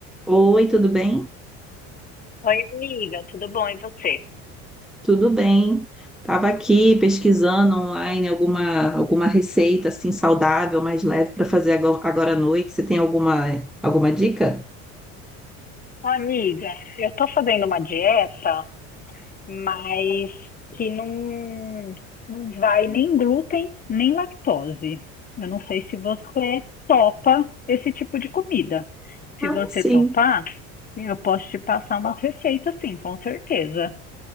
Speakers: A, in the centre; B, on the left.
A: Oi, tudo bem?
B: Oi, amiga, tudo bom? E você?
A: Tudo bem. Estava aqui pesquisando online alguma, alguma receita assim saudável, mais leve para fazer ago- agora à noite. Você tem alguma, alguma dica?
B: Ô, amiga, eu tô fazendo uma dieta, mas que não, não vai nem glúten, nem lactose. Eu não sei se você topa esse tipo de comida.
A: Ah,
B: Se você
A: sim.
B: topar, eu posso te passar umas receitas, sim, com certeza.